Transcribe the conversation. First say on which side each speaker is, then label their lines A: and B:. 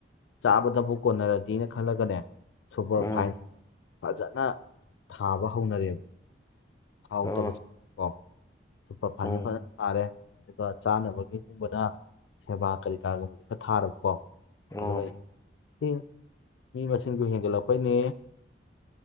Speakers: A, on the left; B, on the left.
A: ꯆꯥꯕꯗꯕꯨ ꯀꯣꯟꯅꯔꯗꯤꯅ ꯈꯜꯂꯒꯅꯦ ꯁꯨꯄꯔ
B: ꯎꯝ
A: ꯐꯥꯏꯟ ꯐꯖꯅ ꯊꯥꯕ ꯍꯧꯅꯔꯦꯕ ꯍꯥꯎꯗ
B: ꯑꯣ
A: ꯀꯣ ꯁꯨꯄꯔ ꯐꯖꯦ
B: ꯎꯝ
A: ꯐꯖꯅ ꯇꯥꯔꯦ ꯑꯗꯨꯒ ꯆꯥꯅꯕꯒꯤꯒꯨꯝꯕꯅ ꯁꯦꯕꯥ ꯀꯔꯤ ꯀꯥꯒꯨꯝꯕꯁꯦ ꯈꯔ ꯊꯥꯔꯕꯀꯣ
B: ꯑꯣ
A: ꯑꯗꯨ ꯃꯤ ꯃꯁꯤꯡ ꯃꯁꯤꯡꯅꯒ ꯍꯦꯟ ꯂꯞꯄꯥꯏꯅꯦꯌꯦ